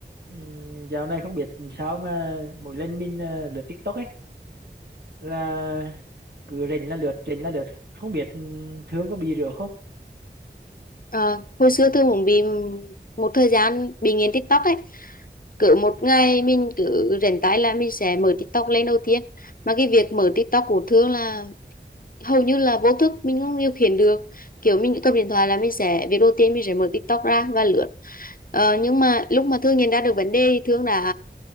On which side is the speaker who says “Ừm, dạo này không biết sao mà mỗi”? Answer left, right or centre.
Right